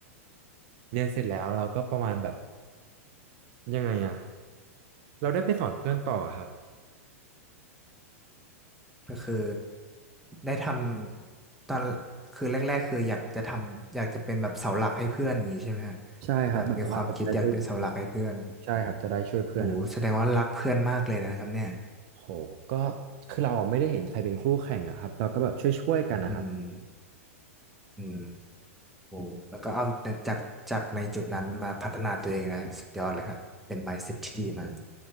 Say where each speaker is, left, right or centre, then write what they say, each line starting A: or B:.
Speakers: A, on the right (about 50°); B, in the centre.
A: เรียนเสร็จแล้วเราก็ประมาณแบบยังไงอ่ะเราได้ไปสอนเพื่อนต่อครับ
B: ก็คือได้ทำตอนคือแรกๆคืออยากจะทำอยากจะเป็นแบบเสาหลักให้เพื่อนอย่างนี้ใช่ไหมฮะ
A: ใช่ครับแบบว่าเราจะได้ช่วย
B: แบบมีความคิดอยากเป็นเสาหลักให้เพื่อน
A: ใช่ครับจะได้ช่วยเพื่อนครับ
B: โหแสดงว่ารักเพื่อนมากเลยนะครับเนี่ย
A: โหก็คือเราไม่ได้เห็นใครเป็นคู่แข่งอะครับเราก็แบบช่วยๆกันนะครับ
B: อืมอืมโหแล้วก็เอาแต่จากจากในจุดนั้นมาพัฒนาตัวเองนะสุดยอดเลยครับเป็น mindset ที่ดีมาก